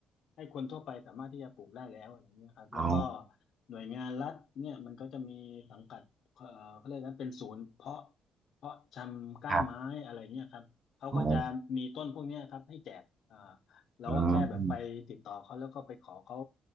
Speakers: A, on the left; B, on the right.
A: ให้คนทั่วไปสามารถที่จะปลูกได้แล้วอะไรเงี้ยครับแล้วก็
B: อ๋อ
A: หน่วยงานรัฐเนี่ยมันก็จะมีสังกัดเอ่อเขาเรียกนะเป็นศูนย์เพาะเพาะชำกล้าไม้อะไรเงี้ยครับเขาก็จะมีต้นพวกเนี้ยครับให้แจกเอ่อ
B: ครับอ๋อ
A: เราก็แค่แบบไปติดต่อเขาแล้วก็ไปขอเขา
B: อ๋อ